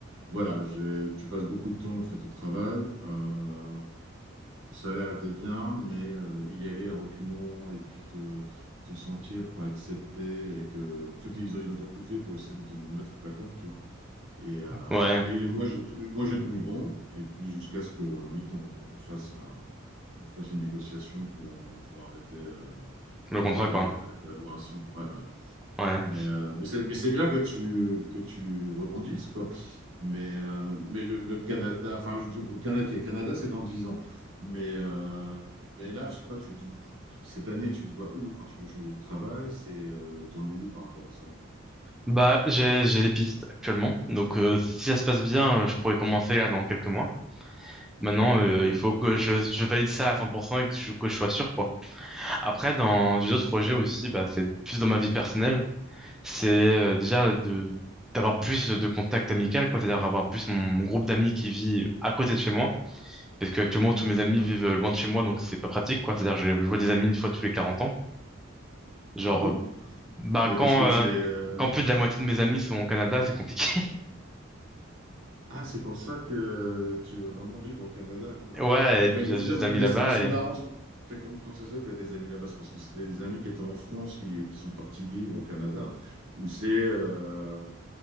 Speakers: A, on the right; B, in the centre.
A: voilà, j'ai- tu passes beaucoup de temps, en fait, au travail. Euh, le salaire était bien, mais euh, y aller à reculons et puis te, te sentir pas accepté et que, en fait, ils ont, ils ont tout fait pour essayer de te mettre au placard, tu vois. Et, euh,
B: Ouais,
A: et moi, j'ai, moi, j'ai tenu bon. Et puis, jusqu'à ce que Remit, on, on fasse un- on fasse une négociation pour, euh, pour arrêter, euh,
B: le
A: arrêter
B: contrat quoi.
A: la, la collaboration. Ouais, ouais.
B: Ouais.
A: Mais, euh, mais c'est mais c'est bien que tu, que tu rebondisses, quoi. Mais, euh, mais le, le Canada, enfin, je- je- au Canada, Canada, c'est dans 10 ans. Mais, euh, mais là, je sais pas, tu, te- cette année, tu te vois où? Enfin, tu veux changer de travail, c'est, euh, t'en es où par rapport à ça?
B: Bah j'ai j'ai des pistes actuellement. Donc euh, si ça se passe bien, euh, je pourrais commencer là dans quelques mois. Maintenant, euh,
A: D'accord,
B: il faut que je, je valide ça à 100% et que je, que je sois sûr quoi. Après, dans j'ai d'autres projets aussi, bah c'est plus dans ma vie personnelle. C'est euh, déjà de d'avoir plus de contacts amicaux quoi, c'est-à-dire avoir plus mon, mon groupe d'amis qui vit à côté de chez moi. Parce que actuellement tous mes
A: d'accord.
B: amis vivent euh, loin de chez moi, donc c'est pas pratique quoi. C'est-à-dire je, je vois des amis une fois tous les 40 ans. Genre
A: Ah bon?
B: euh, Bah
A: Mais parce
B: quand,
A: que
B: euh,
A: c'est, euh,
B: quand plus de la moitié de mes amis sont au Canada, c'est compliqué. <laughs>
A: Ah, c'est pour ça que tu veux vraiment vivre au Canada, quoi.
B: Ouais, et puis
A: Mais, mais,
B: j'ai
A: je
B: des
A: mais-
B: amis
A: mais
B: là-bas
A: c'est mais c'est
B: et
A: marrant, c'est comme quand ça se fait que tu as des amis là-bas, c'est parce que c'est des amis qui étaient en France qui, qui sont partis vivre au Canada, ou c'est euh,